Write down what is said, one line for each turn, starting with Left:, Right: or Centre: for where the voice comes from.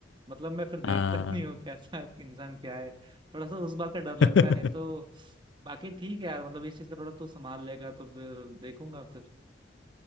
Right: मतलब मैं फिर देखता
Left: <laughs> हाँ
Right: ही नहीं हूँ कैसा इंसान क्या है थोड़ा सा उस बात का डर
Left: <laughs>
Right: लगता है नहीं तो बाकी ठीक है यार मतलब इस चीज का थोड़ा तू संभाल लेगा तो फिर देखूंगा फिर